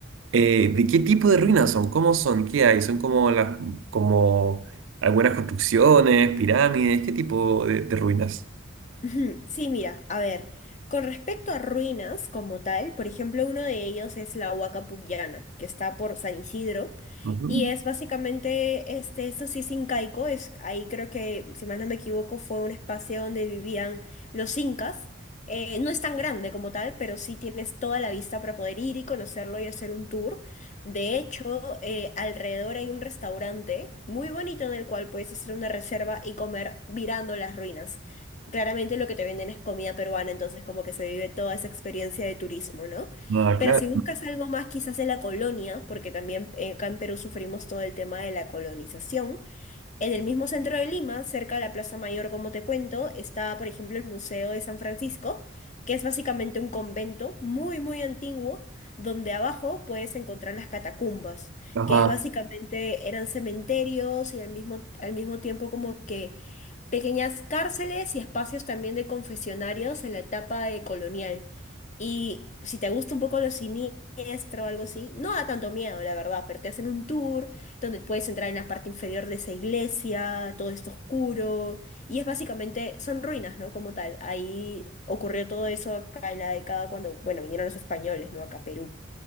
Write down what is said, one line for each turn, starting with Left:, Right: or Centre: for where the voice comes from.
Right: Eh, ¿de qué tipo de ruinas son? ¿Cómo son? ¿Qué hay? ¿Son como las, como algunas construcciones, pirámides? ¿Qué tipo de, de ruinas?
Left: Ujú, Sí, mira, a ver, con respecto a ruinas como tal, por ejemplo, uno de ellos es la Huaca Pucllana, que está por San Isidro,
Right: Ujú.
Left: y es básicamente, este, eso sí es incaico, es, ahí creo que, si mal no me equivoco, fue un espacio donde vivían los incas. Eh, no es tan grande como tal, pero sí tienes toda la vista para poder ir y conocerlo y hacer un tour. De hecho, eh, alrededor hay un restaurante muy bonito en el cual puedes hacer una reserva y comer mirando las ruinas. Claramente lo que te venden es comida peruana, entonces como que se vive toda esa experiencia de turismo, ¿no?
Right: Ah,
Left: Pero si buscas algo más quizás de la colonia, porque también eh, acá en Perú sufrimos todo el tema de la colonización, en el mismo centro de Lima, cerca de la Plaza Mayor, como te cuento, está, por ejemplo, el Museo de San Francisco, que es básicamente un convento muy, muy antiguo, donde abajo puedes encontrar las catacumbas,
Right: claro.
Left: que es básicamente eran cementerios y al mismo, al mismo tiempo como que pequeñas cárceles y espacios también de confesionarios en la etapa de colonial. Y si te gusta un poco lo siniestro o algo así, no da tanto miedo, la verdad, pero te hacen un tour donde puedes entrar en la parte inferior de esa iglesia, todo está oscuro, y es básicamente, son ruinas, ¿no? Como tal. Ahí ocurrió todo eso acá en la década cuando, bueno, vinieron los españoles, ¿no? Acá a Perú.